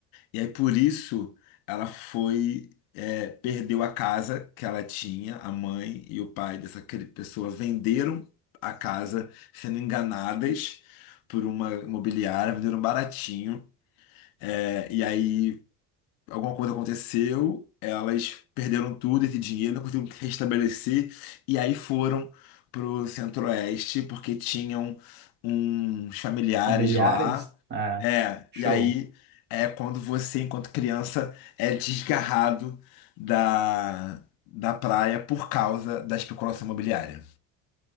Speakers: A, on the left; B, on the right.
A: E aí por isso ela foi, é, perdeu a casa que ela tinha, a mãe e o pai dessa cri- pessoa venderam a casa sendo enganadas por uma imobiliária, venderam baratinho. É, e aí alguma coisa aconteceu, elas perderam tudo, esse dinheiro, não conseguiram se restabelecer, e aí foram pro Centro-Oeste, porque tinham uns familiares
B: familiares?
A: lá.
B: É,
A: É,
B: show.
A: e aí é quando você, enquanto criança, é desgarrado da, da praia por causa da especulação imobiliária.